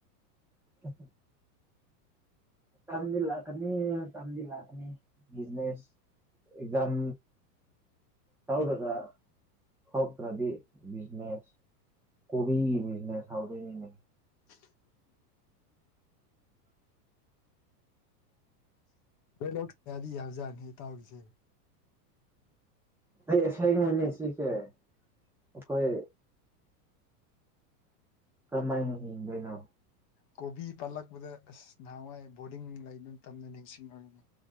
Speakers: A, in the centre; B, on the left.
A: ꯎ ꯇꯝꯗꯤ ꯂꯥꯛꯀꯅꯤ ꯇꯝꯗꯤ ꯂꯥꯛꯀꯅꯤꯕꯤꯖꯤꯅꯦꯁ ꯑꯦꯛꯖꯝ ꯊꯥꯎ ꯇꯀ ꯍꯧꯠꯇ꯭ꯔꯗꯤ ꯕꯤꯖꯤꯅꯦꯁ ꯀꯣꯕꯤꯒꯤ ꯕꯤꯖꯤꯅꯦꯁ ꯍꯧꯗꯣꯏꯅꯤꯅꯦ
B: <unintelligible> ꯑꯣꯏ ꯂꯧꯗꯤ ꯌꯥꯕꯖꯥꯠꯅꯤ ꯑꯩ ꯇꯧꯔꯤꯁꯦ
A: ꯑꯩꯁ ꯃꯅꯦ ꯆꯁꯦ ꯑꯩꯈꯣꯏ ꯀꯃꯥꯏꯅ ꯍꯤꯡꯗꯣꯏꯅꯣ
B: ꯀꯣꯕꯤ ꯄꯥꯜꯂꯛꯄꯗ ꯑꯁ ꯅꯍꯥꯟꯋꯥꯏ ꯕꯣꯔꯗꯤꯡ ꯂꯩꯕ ꯃꯇꯝꯝꯅ ꯅꯤꯡꯁꯤꯡꯉꯨꯔꯅꯤ